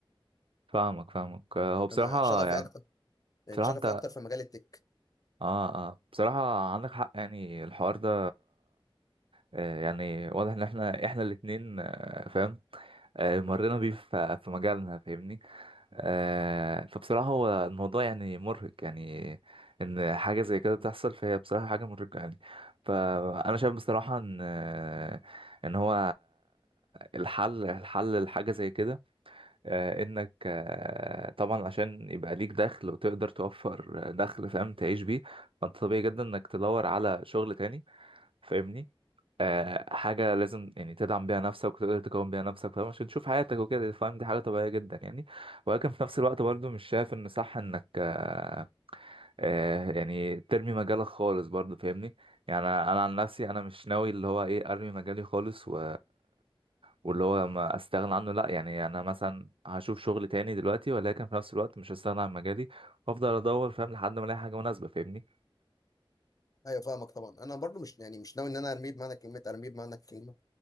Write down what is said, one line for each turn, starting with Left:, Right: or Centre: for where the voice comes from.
Right: فاهمك فاهمك آه، هو بصراحه
Left: انا شغفي
Right: يعني
Left: اكتر يعني
Right: بصراحه
Left: شغفي
Right: انت
Left: اكتر في مجال التك
Right: اه اه بصراحة عندك حق يعني الحوار ده آه، يعني واضح ان احنا احنا الاتنين آه، فاهم آه، مرينا بيه في في مجالنا فاهمني آه، فبصراحة هو الموضوع يعني مرهق يعني ان حاجة زي كده تحصل فهي بصراحة حاجة مرهقة يعني فانا شايف بصراحة ان آه، ان هو الحل الحل لحاجة زي كده آه، انك آه، طبعا عشان يبقى ليك دخل وتقدر توفر آه، دخل فاهم تعيش بيه فانت طبيعي جدا انك تدور على شغل تاني فاهمني آه، حاجة لازم يعني تدعم بيها نفسك وتقدر تكون بيها نفسك فاهم عشان تشوف حياتك وكده فاهم دي حاجة طبيعية جدا يعني ولكن في نفس الوقت برضو مش شايف ان صح انك آه، آه يعني ترمي مجالك خالص برضه فاهمني يعني انا أنا عن نفسي انا مش ناوي اللي هو ايه ارمي مجالي خالص و واللي هو ما استغنى عنه لا يعني انا مثلا هشوف شغل تاني دلوقتي ولكن في نفس الوقت مش هستغنى عن مجالي وافضل ادور فاهم لحد ما الاقي حاجه مناسبه فاهمني
Left: ايوه فاهمك طبعا انا برضو مش يعني مش ناوي ان انا ارميه بمعنى كلمه ارميه بمعنى الكلمه